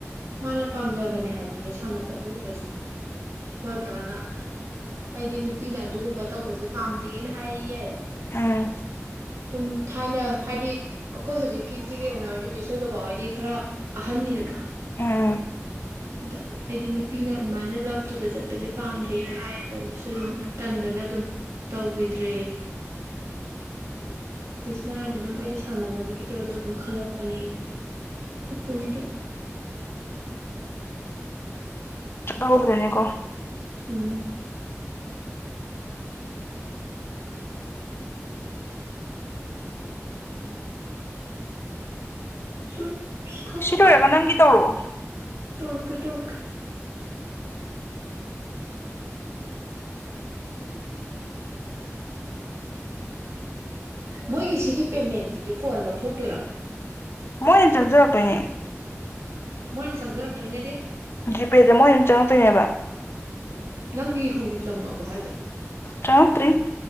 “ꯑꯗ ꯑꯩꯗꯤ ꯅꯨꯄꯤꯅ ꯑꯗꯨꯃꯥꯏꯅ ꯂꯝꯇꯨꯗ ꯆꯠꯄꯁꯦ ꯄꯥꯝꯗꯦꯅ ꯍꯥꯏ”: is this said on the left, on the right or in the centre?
Right